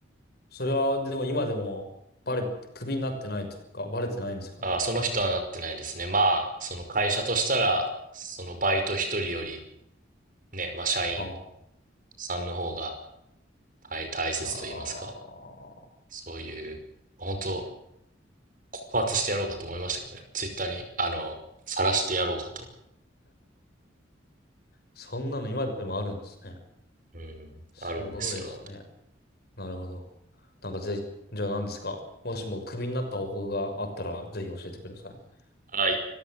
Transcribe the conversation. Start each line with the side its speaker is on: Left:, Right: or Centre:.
Left: それは、でも今でも、バレ、クビになってないというか、バレてないんですかね。
Right: ああ、その人はなってないですね。まあ、その会社としたら、そのバイト一人より、ね、まあ社員
Left: あ
Right: さんの方が大、大切と言いますか。
Left: あ。ああ。
Right: そういう、本当告発してやろうかと思いましたけどね。ツイッターに、あの、晒してやろうかと。
Left: そんなの今でもあるんですね。
Right: うん、
Left: すごいですね。
Right: あるんですよ。
Left: なるほど。なんかぜ、じゃあ何ですかもしもクビになった方法があったら、ぜひ教えてください。
Right: はい。